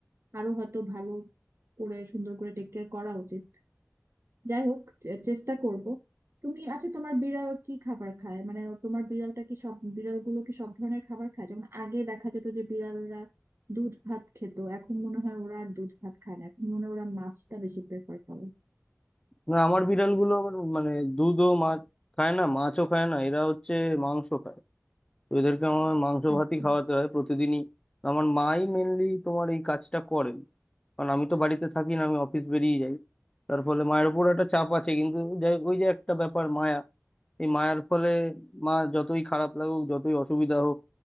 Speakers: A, on the right; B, on the left.
A: আরো হয়তো ভালো করে সুন্দর করে টেক কেয়ার করা উচিত যাই হোক চে- চেষ্টা করব তুমি আচ্ছা তোমার বিড়াল কি খাবার খায় মানে তোমার বিড়ালটা কি সব বিড়ালগুলো কি সব ধরনের খাবার খায় যেমন আগে দেখা যেত যে বিড়ালরা দুধ ভাত খেত এখন মনে হয় ওরা আর দুধ ভাত খায় না এখন মনে হয় ওরা মাছটা বেশি প্রেফার করে
B: না আমার বিড়ালগুলো আবার মানে দুধও মাছ খায় না মাছও খায় না এরা হচ্ছে মাংস খায় তো এদেরকে আমার মাংস
A: আচ্ছা
B: ভাতই খাওয়াতে হয় প্রতিদিনই আমার মাই মেনলি তোমার এই কাজটা করেন কারণ আমি তো বাড়িতে থাকি না আমি অফিস বেরিয়ে যাই তার ফলে মায়ের উপর একটা চাপ আছে কিন্তু যাই ওই যে একটা ব্যাপার মায়া এই মায়ার ফলে মা যতই খারাপ লাগুক যতই অসুবিধা হোক